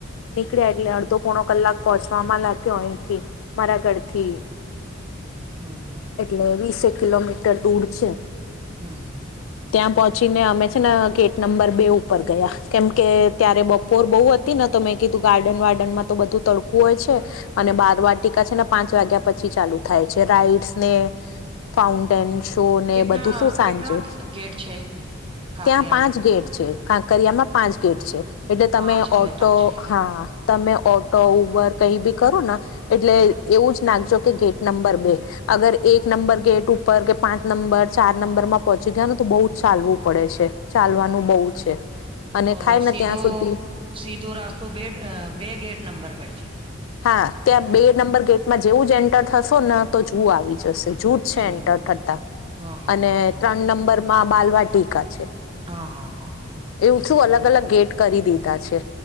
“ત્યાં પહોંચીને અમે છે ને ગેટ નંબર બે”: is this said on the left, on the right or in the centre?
Left